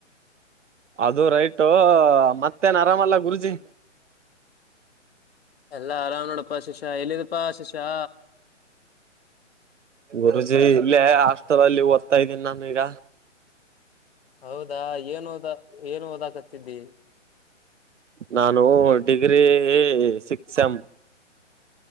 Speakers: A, on the right; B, on the left.
A: ಅದು ರೈಟ್ ಮತ್ತೇನ್ ಆರಾಮಲ್ಲ ಗುರುಜಿ.
B: ಎಲ್ಲಾ ಆರಾಮ್ ನೋಡಪ್ಪಾ ಶಿಶಾ ಎಲ್ಲಿದಪ್ಪಾ ಶಿಶಾ.
A: ಗುರುಜಿ ಇಲ್ಲೇ ಹಾಸ್ಟೆಲ್ ಅಲ್ಲಿ ಓದ್ತಾ ಇದ್ದೀನಿ ನಾನು ಈಗ.
B: ಹೌದಾ ಏನ್ ಓದ ಏನ್ ಓದಾಕತ್ತಿದ್ದಿ.
A: ನಾನು degree six sem.